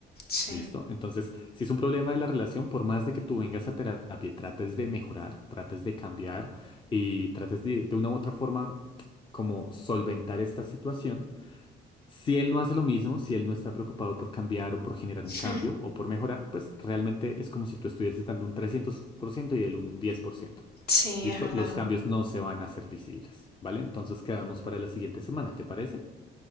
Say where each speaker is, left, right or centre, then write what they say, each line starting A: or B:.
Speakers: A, on the left (about 50°); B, on the left (about 25°).
A: Sí,
B: ¿Listo? Entonces, si es un problema de la relación, por más de que tú vengas a terapia y trates de mejorar, trates de cambiar y trates de, de una u otra forma como solventar esta situación, si él no hace lo mismo, si él no está preocupado por cambiar o por generar un cambio
A: mm,
B: o por mejorar, pues realmente es como si tú estuvieses dando un 300% y él un 10%.
A: sí,
B: ¿Listo?
A: es verdad.
B: Los cambios no se van a hacer visibles, ¿vale? Entonces quedamos para la siguiente semana, ¿te parece?